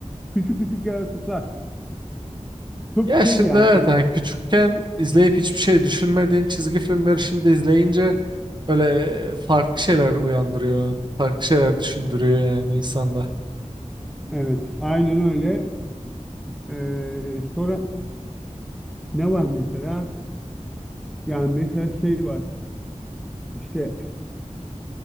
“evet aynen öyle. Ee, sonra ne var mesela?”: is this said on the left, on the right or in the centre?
Centre